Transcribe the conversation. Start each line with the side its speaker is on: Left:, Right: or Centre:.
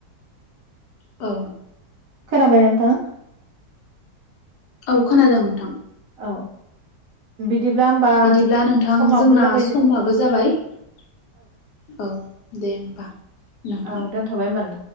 Left: औ
Right: खोना बायना नोंथां?
Left: औ खोनादों नोंथां।
Right: औ बिदिब्ला होमबा
Left: बिदिब्ला नोंथां
Right: समाबो
Left: जोंना
Right: जाबाय
Left: समाबो जाबाय औ दे होमबा नोंथां।
Right: औ दोनथ'बाय होमबा नोंथां।